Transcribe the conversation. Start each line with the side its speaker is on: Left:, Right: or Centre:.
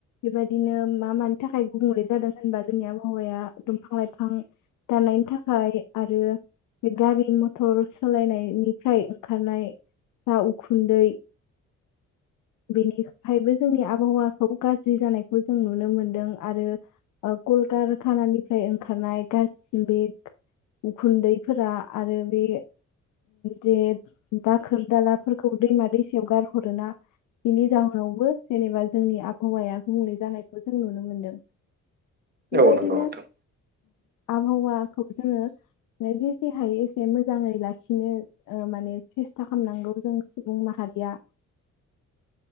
Left: बेबायदिनो मा मानि थाखाय गुबुंले जादों होनबा जोंनि आबहावाया दंफां लाइफां दानायनि थाखाय आरो बे गारि मथर सालायनायनिफ्राय ओंखारनाय जा उखुन्दै बेनिफ्रायायबो जोंनि आबहावाखौ गाज्रि जानायखौ जों नुनो मोनदों आरो कलकारखानानिफ्राय ओंखारनाय गाज्रि बे उखुन्दैफोरा आरो बे जे दाखोर दालाफोरखौ दैमा दैसायाव गारहरोना बिनि जाहोनावबो जेनेबा जोंनि आबहावाया गुबुंलै जानायखौ जों नुनो मोनदों बेबायदिनो
Right: औ नंगौ नोंथां
Left: आबहावाखौ जोङो जेसे हायो एसे मोजाङै लाखिनो माने सेस्था खालामामनांगौ जों सुबुं माहारिया